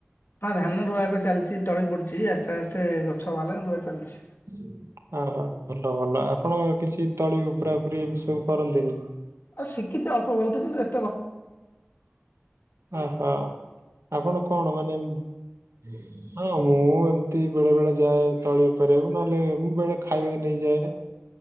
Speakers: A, on the left; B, on the right.
A: ହଁ ଧାନ ରୁଆ ଏବେ ଚାଲଚି। ତଳି ପଡଚି ଆସ୍ତେ ଆସ୍ତେ ଗଛ ଭାରିଲାଣି ରୁଆ ଚାଲଚି।
B: <inaudible> ଅ ହ ଭଲ ଭଲ ଆପଣ କିଛି ତଳି ଉପୁରା ଉପୁରି ଏ ସବୁ କରନ୍ତିନି?
A: ଆଉ ଶିଖିଚି ଅଳ୍ପ ବହୁତ। କିନ୍ତୁ ଏ
B: ଅ ହଁ। ଆପଣ କଣ ମାନେ ନାଉଁ ମୁଁ ଏମତି ବେଳେ ବେଳେ ଯାଏ ତଳି ଉପରିବାକୁ। ନଏଲେ ମୁଁ ବେଳେ ଖାଇବା ନେଇଯାଏ।